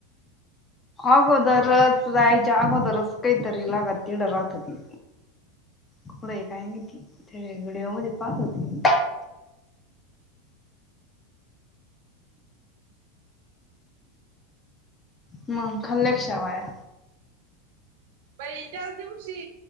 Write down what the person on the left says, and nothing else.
अगोदरच जायच्या अगोदरच ते तरी लागत तिकडं राहत होती. कपडे ही काय नाहीती ते व्हिडिओ मध्ये पाहत होती मगं खाल्या का शेवाया